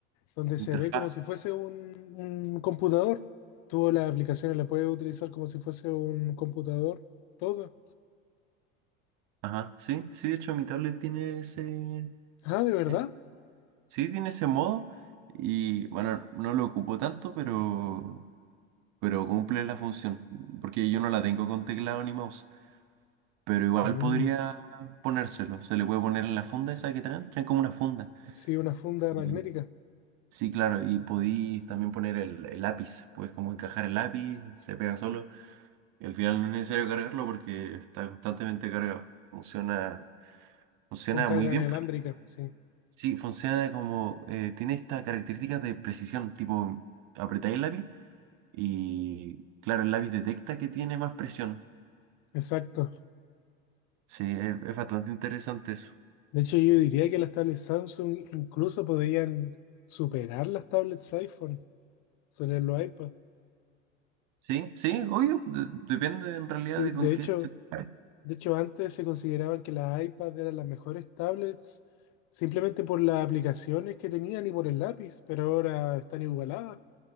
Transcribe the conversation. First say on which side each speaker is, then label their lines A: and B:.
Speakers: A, on the left; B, on the right.
A: donde
B: interfaz.
A: se ve como si fuese un, un computador. Tú las aplicaciones las puedes utilizar como si fuese un computador, todo.
B: Ajá, sí, sí, de hecho mi tablet tiene ese,
A: Ah, ¿de verdad?
B: es- sí, tiene ese modo y bueno, no lo ocupo tanto, pero, pero cumple la función, porque yo no la tengo con teclado ni mouse, pero igual
A: Mm,
B: podría ponérselo, se le puede poner en la funda esa que traen, traen como una funda.
A: sí, una funda
B: Y,
A: magnética
B: sí, claro, y podí también poner el, el lápiz, puedes como encajar el lápiz, se pega solo, y al final no es necesario cargarlo porque está constantemente cargado, funciona, funciona
A: con carga
B: muy bien.
A: inalámbrica, sí,
B: Sí, funciona como, eh, tiene estas características de precisión, tipo, apretáis el lápiz y, claro, el lápiz detecta que tiene más presión.
A: exacto.
B: Sí, es, es bastante interesante eso.
A: De hecho, yo diría que las tablets Samsung incluso podrían superar las tablets iPhone sobre los iPad.
B: Sí, sí, obvio, de- depende en realidad
A: Sí,
B: de
A: de
B: con qué
A: hecho,
B: se compare.
A: De hecho, antes se consideraban que las iPads eran las mejores tablets simplemente por las aplicaciones que tenían y por el lápiz, pero ahora están igualadas